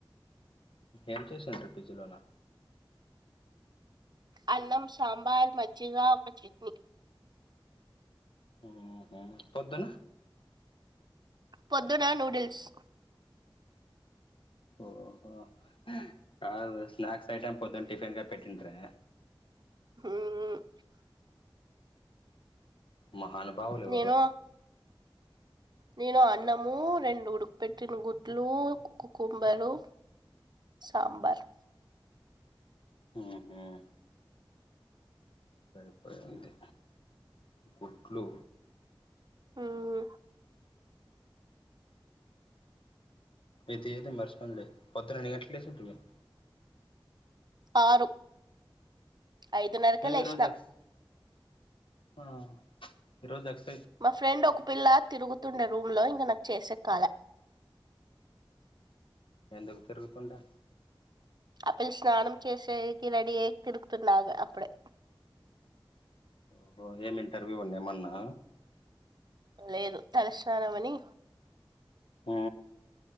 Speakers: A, on the left; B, on the right.
A: ఎమ్ సిస్ ఉన్నాయి ఫ్రిజ్ లోనా
B: అన్నం సాంబార్ మజ్జిగ ఒక చట్నీ
A: ఉహుమ్ పొద్దున
B: పొద్దున నూడిల్స్
A: ఓహో కా స్నాక్స్ ఐటమ్ పొద్దున టిఫిన్గా పెట్టుంటారే
B: ఆమ్
A: మహానుభావులు ఎవరో
B: నేను నేను అన్నము రెండు ఉడుకుపెట్టిన గుడ్లు కుకుంబరు సాంబార్
A: ఉహుమ్ సరిపోయింది గుడ్లు
B: ఆమ్
A: ఇది ఏదో మర్చిపోయిన్నాడే పొద్దు దాన్ని కట్లేస్ ఉంటున్నం
B: ఆరు ఐదున్నరకె
A: ఏమి
B: లేశిన
A: ఈ రోజు ఎక్స్ ఆ ఈరోజు దాస్క్స్
B: మా ఫ్రెండ్ ఒక పిల్ల తిరుగుతుండే రూమ్ లో ఇంక నా చేసే కాలే
A: ఎందుకు తిరుగుతుండా
B: ఆపిల్ స్నానం చేసేకి రెడీ అయి తిరుగుతున్నాగా అప్పుడే
A: ఓహో ఏమి ఇంటర్వ్యూందా ఏమన్నా
B: లేదు తలస్నానమని
A: ఉ